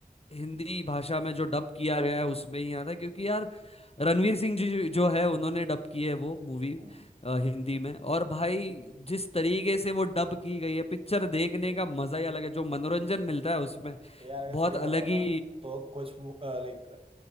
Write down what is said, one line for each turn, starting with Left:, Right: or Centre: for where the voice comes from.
Left: हिंदी भाषा में जो डब किया गया है उसमें ही आता है क्योंकि यार रणवीर सिंह जी जो जो है उन्होंने डब की है वो मूवी
Right: हाँ।
Left: हिंदी में और भाई जिस तरीके से वो डब की गई है पिक्चर देखने का मजा ही अलग है जो मनोरंजन मिलता है उसमें
Right: यार अगर
Left: बहुत
Right: सही
Left: अलग
Right: बताओ
Left: ही
Right: ना तो कुछ लाइक